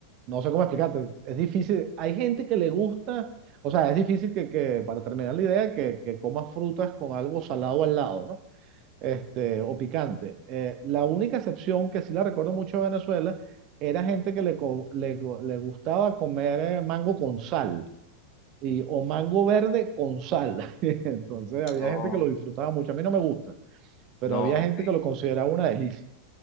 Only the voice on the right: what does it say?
no sé cómo explicarte, es difícil, hay gente que le gusta, o sea, es difícil que, que para terminar la idea, que, que comas frutas con algo salado al lado, ¿no? este, o picante. Eh, la única excepción que sí la recuerdo mucho de Venezuela era gente que le, co- le, go- le gustaba comer eh, mango con sal y, o mango verde con sal. <laughs> Entonces había
gente que lo disfrutaba mucho. A mí no me gusta, pero
había gente
que lo consideraba una delicia.